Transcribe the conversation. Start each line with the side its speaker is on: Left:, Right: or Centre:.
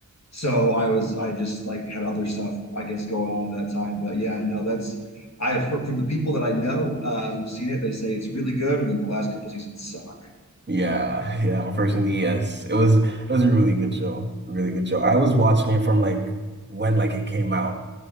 Left: so I was I just like had other stuff I guess going on at that time. But yeah, no, that's I've heard from the people that I know uh, who've seen it, they say it's really good, and then the last couple seasons suck.
Right: Yeah, yeah, unfortunately, yes. It was it was a really good show. A really good show. I was watching it from like when like it came out.